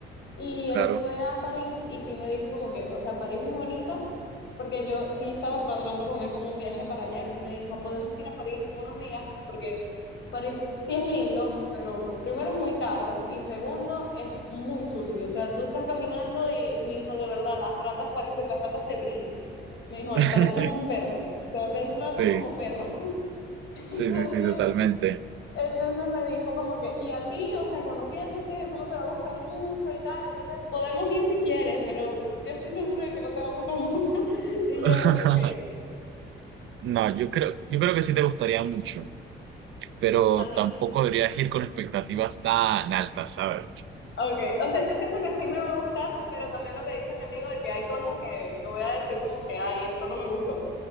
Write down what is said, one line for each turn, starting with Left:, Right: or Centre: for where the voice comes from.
Left: Y
Right: claro.
Left: él fue a París y sí me dijo como que, o sea, París es bonito porque yo sí estaba cuadrando con él como un viaje para allá y me dijo, podemos ir a París unos días porque París sí es lindo, pero primero es muy caro y segundo es muy sucio. O sea, tú estás caminando y, y me dijo, de verdad, las ratas parecen, las ratas te brincan. Me dijo,
Right: <laughs>
Left: él parecen un perro. O sea, ves ratas
Right: Sí,
Left: como perros <laughs> Entonces,
Right: sí, sí, sí, totalmente.
Left: entonces me dijo como que, y a ti, o sea, conociéndote, eso no te va a gustar mucho y tal. Entonces, podemos ir si quieres, pero yo estoy seguro de que no te va a gustar <laughs> mucho. Y
Right: <laughs>
Left: yo, ok.
Right: No, yo creo, yo creo que sí te gustaría mucho, pero
Left: A mí,
Right: tampoco deberías ir con expectativas tan altas, ¿sabes?
Left: Ok, o sea, yo siento que sí me va a gustar, pero también lo que dice mi amigo de que hay cosas que, que voy a decir como que, ay, esto no me gustó.